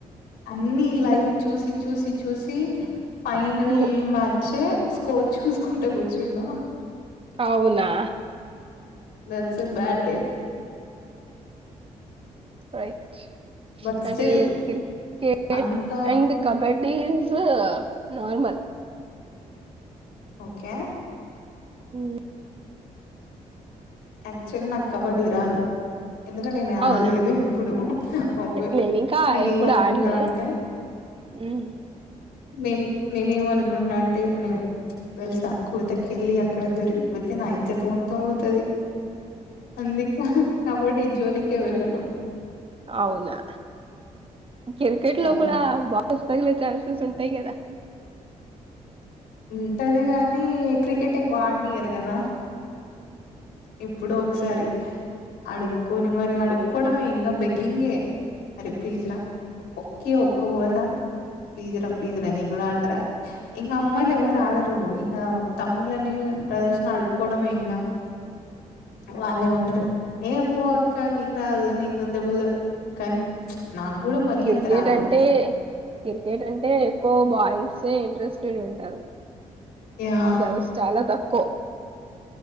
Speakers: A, on the left (about 75°); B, on the right (about 35°).
A: అన్ని లైవ్ చూసి చూసి చూసి ఫైనల్
B: ఉహు.
A: మ్యాచ్ స్కోర్ చూసుకుంట కూర్చున్నా
B: అవునా
A: దట్స్ అ బ్యాడ్ డే
B: రయి ట్
A: బట్
B: అంటే
A: స్టిల్
B: క క్రికెట్
A: అంత
B: అండ్ కబడ్డీ న్స్ నార్మల్
A: ఓకే
B: ఉ
A: యాక్టువల్లీ నాకు కబడ్డీ రాదు ఎందుకంట నేను
B: అవునా
A: ఆడలేదు ఎప్పుడు ఓకే
B: నేను ఇంకా
A: నేనే
B: ఎప్పుడు
A: ఏమనుకుంటా
B: ఆడలే
A: అంటే
B: ఉమ్.
A: నేను నేనేమ అనుకుంటడా అంటే ఇప్పుడు నేను వెళ్తాం కూతకి వెళ్ళి అక్కడ దొరికిపోతే నైద్యత మొత్తం అవుతుది అందుకే కబడ్డీ జోలికే వెళ్ళను
B: అవునా క్రికెట్
A: యా
B: లో కూడా బా పుస్తల చాన్సెస్ ఉంటాయి కదా
A: ఉంటది కాగాని క్రికెట్ ఎక్కువ ఆడనియరు కదా ఇప్పుడు ఒకసారి
B: ఉమ్.
A: అడు కోనిమ్ మరి అడుకోడవ ఇింగా బెగింగే అర ప్లీజ రా కే ఒే ఊ ప్లీజ రా ప్లీజ రాను అడుతురా ఇకా అమ్మళ ఎవరు ఆడరు ఇం తమ్ళ్లనే ప్రదర్శన అడుకోడం ఇంగా వాళ్ళ ఉంటరు ఏ ఎ పో కానీ క రాజ నకుంత పోల కానీ నాకు కూడా మరీ
B: క్రికెట్
A: అంత రాదు
B: అంటే క్రికెట్ అంటే ఎక్కువ బాయ్స్ే ఇంట్రెస్టెడ్ ఉంటారు
A: యా
B: గర్స్ చాల తప్ప కు